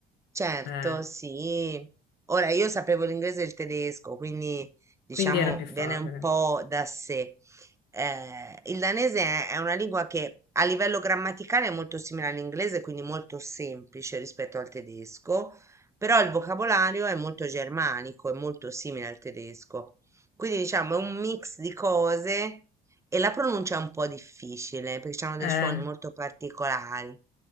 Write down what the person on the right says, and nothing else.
Certo,
sì. Ora io sapevo l'inglese e il tedesco, quindi diciamo
viene un po' da sé. Eh, il danese è, è una lingua che a livello grammaticale è molto simile all'inglese, quindi molto semplice rispetto al tedesco, però il vocabolario è molto germanico, è molto simile al tedesco. Quindi diciamo è un mix di cose e la pronuncia è un po' difficile perché hanno dei
suoni molto particolari.